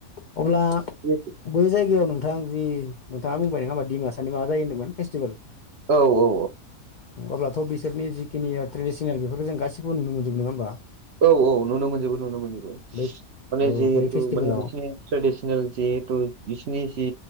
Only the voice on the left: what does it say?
अब्ला
बै जायगायाव नोंथां जि नोंथाङा बुंबाय नङा होमबा। दिमासानि मा जायो होनदोंमोन फेस्टिभेल?
अब्लाथ' बिसोरनि जिखिनि ट्रेडिसनेल बेफोरफोरखौ जों गासिखौबो नुनो मोनजोबो नङा होमबा?
बै
औ
बै फेस्टिभेलाव